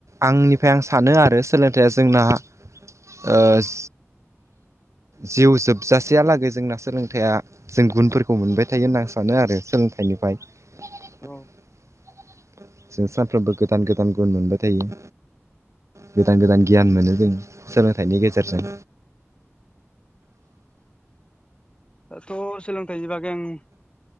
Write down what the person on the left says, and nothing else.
औ
दाथ' सोलोंथाइनि बागै आं